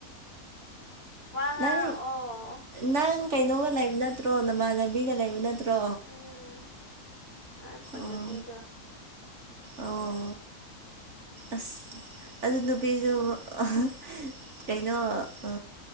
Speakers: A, on the left; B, on the right.
A: ꯋꯥ ꯉꯥꯡꯉꯛ
B: ꯅꯪ
A: ꯑꯣ
B: ꯅꯪ ꯀꯩꯅꯣꯒ ꯂꯩꯕ ꯅꯠꯇ꯭ꯔꯣ ꯅꯃꯥꯟꯅꯕꯤꯒ ꯂꯩꯕ ꯅꯠꯇ꯭ꯔꯣ
A: ꯎꯝ ꯑꯩꯈꯨꯟ
B: ꯑꯣ
A: ꯅꯨꯄꯤꯗꯨ
B: ꯑꯣ ꯑꯁ ꯑꯗꯨ ꯅꯨꯄꯤꯗꯨ ꯑꯍ ꯀꯩꯅꯣ ꯑꯥ